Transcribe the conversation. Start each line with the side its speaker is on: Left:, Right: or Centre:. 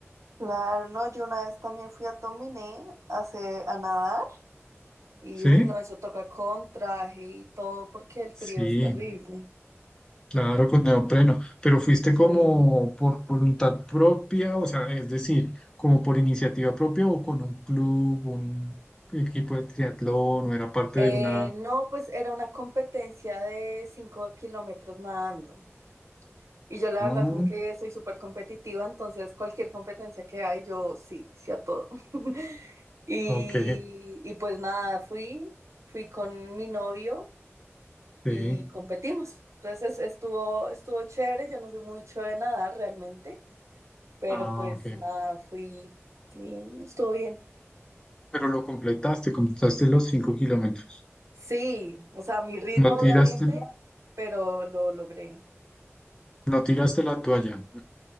Right: Claro, no, yo una vez también fui a Tominé a, hacer- a nadar y
Left: ¿Sí?
Right: uy, no, eso toca con traje y todo porque el frío
Left: Sí,
Right: es terrible.
Left: claro, con neopreno. Pero fuiste como
Right: Sí.
Left: por voluntad propia, o sea, es decir, como por iniciativa propia o con un club, un equipo de triatlón, o era parte
Right: Eh,
Left: de una...
Right: no, pues era una competencia de 5 kilómetros nadando. Y yo la
Left: Ah,
Right: verdad como que soy súper competitiva, entonces cualquier competencia que hay, yo sí, sí a todo. <laughs> Y,
Left: ok,
Right: y pues nada, fui, fui con mi novio
Left: sí.
Right: y competimos. Entonces estuvo, estuvo chévere, yo no soy mucho de nadar realmente, pero
Left: Ah,
Right: pues
Left: ok,
Right: nada, fui y estuvo bien.
Left: Pero lo completaste, completaste los cinco kilómetros.
Right: Sí, o sea, mi ritmo
Left: No tiraste,
Right: obviamente, pero lo logré.
Left: no tiraste la toalla.